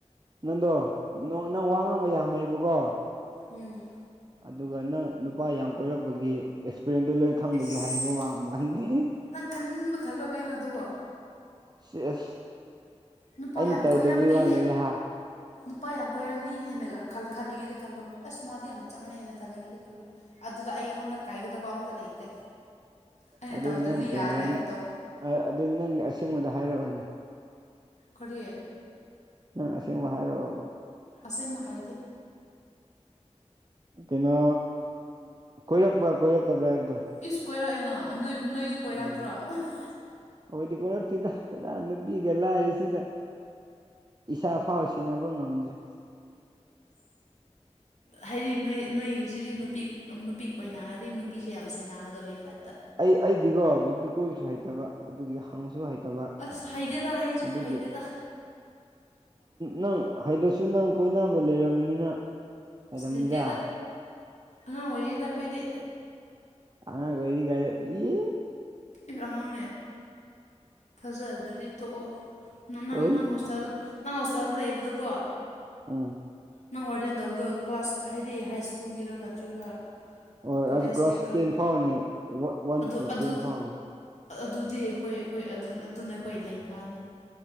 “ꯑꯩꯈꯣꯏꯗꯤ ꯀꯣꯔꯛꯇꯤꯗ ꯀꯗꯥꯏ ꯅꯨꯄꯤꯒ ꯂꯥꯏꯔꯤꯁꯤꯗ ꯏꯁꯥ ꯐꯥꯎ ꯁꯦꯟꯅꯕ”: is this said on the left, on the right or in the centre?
Right